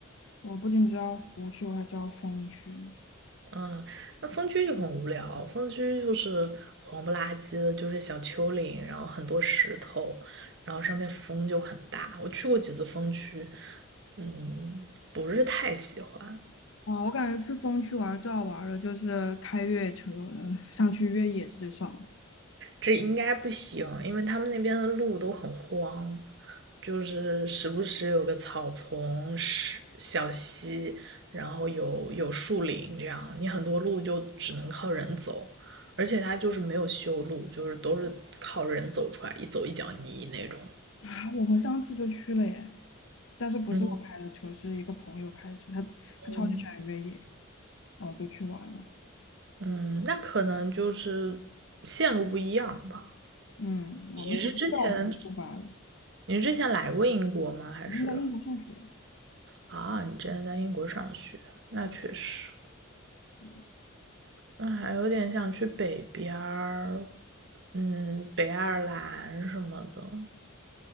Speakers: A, on the left; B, on the right.
A: 我不仅知道湖区，我还知道风区呢。
B: 嗯，那风区就很无聊，风区就是黄不拉几的，就是小丘陵，然后很多石头，然后上面风就很大。我去过几次风区，嗯，不是太喜欢。
A: 哇，我感觉去风区玩最好玩的就是开越野车，嗯上去越野是最爽的
B: 这应该不行，因为他们那边的路都很荒，就是时不时有个草丛、是小溪，然后有有树林，这样你很多路就只能靠人走，而且它就是没有修路，就是都是靠人走出来，一走一脚泥那种。
A: 啊！我们上次就去了耶，但是不是我开的车，
B: 嗯
A: 是一个朋友开的车，他他超级喜欢越野，
B: 嗯
A: 然后就去玩了。
B: 嗯，那可能就是线路不一样吧。
A: 嗯，
B: 你是之前
A: 我们从贝尔德出发了，
B: 你是之前来过英国吗？还是
A: 已经在英国上学。
B: 啊，你之前在英国上学？那确实。
A: 对
B: 那还有点想去北边儿，嗯，北爱尔兰什么的。